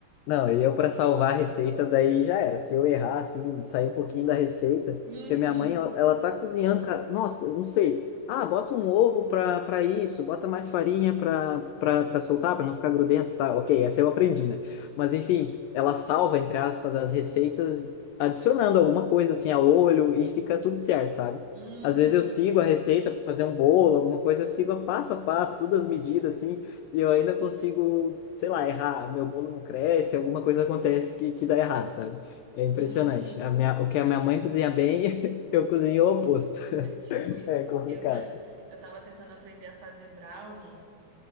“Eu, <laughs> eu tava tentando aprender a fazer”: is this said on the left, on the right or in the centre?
Right